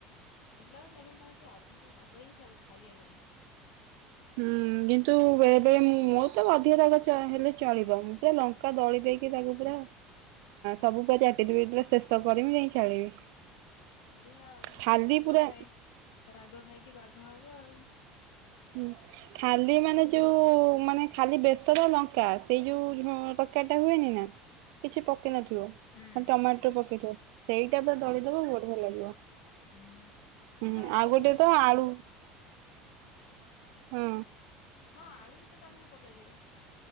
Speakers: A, on the left; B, on the right.
A: ଭଲ ଲାଗୁଥିଲା କିନ୍ତୁ ତାଙ୍କର ଟିକେ ଅଧିକ ଟିକେ ରାଗ ହେଇାଜାଇଥିଲାତ ଖାଇ ହେଲାନି।
B: ହୁଁ କିନ୍ତୁ ଏବେ ମୋ ତ ଅଧିକ ରାଗ ହେଲେ ଚଳିବ ମୁଁତ ଲଙ୍କା ଦଳିକି କିରି ତାକୁ ପୁରା ସବୁ ପୁରା ଚାଟି ଚୁଟାକି ଶେଷ କରିବି ଯାଇ ଛାଡିବି।
A: ବଢିଆ ଆଉ
B: ଖାଲି
A: ରାଗ
B: ପୁରା
A: ଖାଇ ରାଗ ଖାଇକି ବାଘ ହବ ଆଉ।
B: ହଁ ଖାଲି ମାନେ ଯୋଉ ମାନେ ଖାଲି ବେସର ଲଙ୍କା ସେଇ ଯୋଉ ତରକାରୀଟା ହୁଏନି ନା କିଛି ପକେଇ ନଥିବ।
A: ହୁଁ
B: ହ ଟମାଟୋ ପକେଇଥ ସେଇଟା ବା ଦଳିଦବା ବଢିଆ ଲାଗିବ।
A: ହୁଁ
B: ହୁଁ
A: ଆଜି
B: ଆଉ ଗୋଟେ
A: ମୁଁ ଆଜି
B: ତ ଆଳୁ।
A: ଆଳୁ
B: ହଁ
A: ହଁ ଆଳୁବି ତ ତା' ଦେହରେ ପକାଯାଏ।